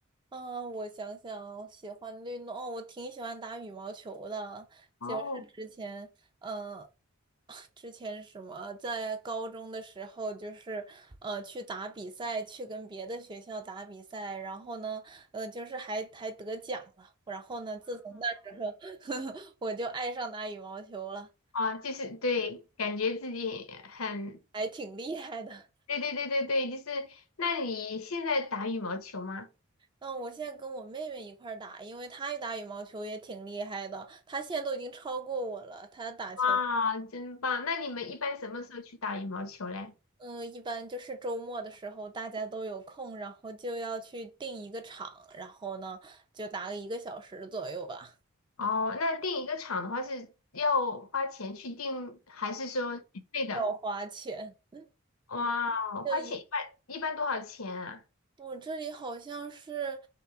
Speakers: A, on the right; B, on the left.
A: 啊，我想想，喜欢的运动哦，我挺喜欢打羽毛球的，就是之前，
B: 哦，
A: 嗯、<laughs> <sucks teeth> 之前什么，在高中的时候，就是呃去打比赛，去跟别的学校打比赛，然后呢，呃，就是还还得奖了，然后呢，自从那时候，<laughs> 我就爱上打羽毛球了，
B: 啊，就是对，感觉自己很，
A: 还挺厉害的。
B: 对对对对对，就是。那你现在打羽毛球吗？
A: 嗯，我现在跟我妹妹一块儿打，因为她打羽毛球也挺厉害的，她现在都已经超过我了。她打球，
B: 哇，真棒！那你们一般什么时候去打羽毛球嘞？
A: 嗯，一般就是周末的时候大家都有空，然后就要去定一个场，然后呢就打个一个小时左右吧，
B: 哦，那订一个场的话是要花钱去订，还是说免费的？
A: 要花钱。<laughs>
B: 哇，
A: 嗯，就一
B: 花钱一般一般多少钱啊？
A: 我这里好像是